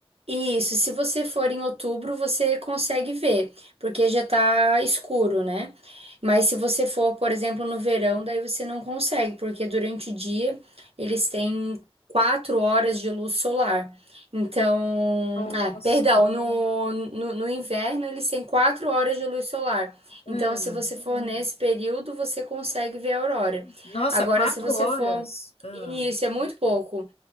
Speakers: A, on the right (about 75°); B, on the left (about 80°).
A: Isso, se você for em outubro, você consegue ver, porque já tá escuro, né? Mas se você for, por exemplo, no verão, daí você não consegue, porque durante o dia eles têm quatro horas de luz solar. Então,
B: Nossa.
A: ah, perdão, no, no, no inverno eles têm quatro horas de luz solar.
B: Hum,
A: Então, se você for Uhum. nesse período, você consegue ver a aurora.
B: Nossa,
A: Agora,
B: quatro
A: se você
B: horas.
A: for.
B: Hum.
A: Isso, é muito pouco.